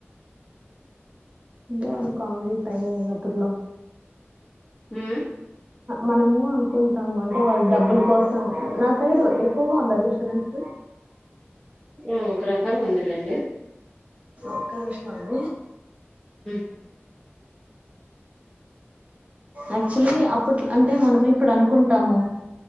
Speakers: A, on the right (about 30°); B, on the left (about 20°).
A: అంటే వాళ్ళ కామెడి టైమ్ అప్పుడ్లో
B: హ
A: మనము అనుకుంటాము అంటే వాళ్ళ డబ్బుల కోసం నా సైడ్ ఎక్కువగా ఉందా డిస్టబెన్స్
B: హామ్ ఒక రకంగా ఉందిలేండి
A: ఒక నిమిషం ఆగండి
B: హ
A: యాక్చుయల్లీ ఇప్పుట్ అంటే మనము ఇప్పుడు అనుకుంటాము